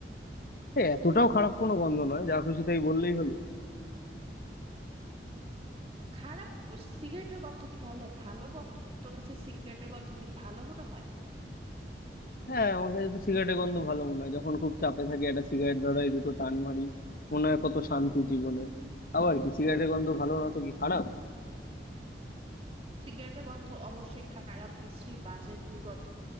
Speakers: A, on the left (about 50°); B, on the right (about 30°).
A: এ, এতটাও খারাপ কোনো গন্ধ নয় যা খুশি তাই বললেই হলো
B: খারাপ গ- সিগারেটের গন্ধ কি তাহলে ভালো গন্ধ তোর কাছে সিগারেটের গন্ধ কি ভালো মনে হয়
A: হ্যাঁ আমার কাছে তো সিগারেটের গন্ধ ভালো মনে হয় যখন খুব চাপে থাকি একটা সিগারেট ধরাই দুটো টান মারি মনে হয় কত শান্তি জীবনে আবার কি সিগারেটের গন্ধ ভালো না তো কি খারাপ
B: সিগারেটের গন্ধ অবশ্যই খারাপ বিশ্রী বাজে দুর্গন্ধ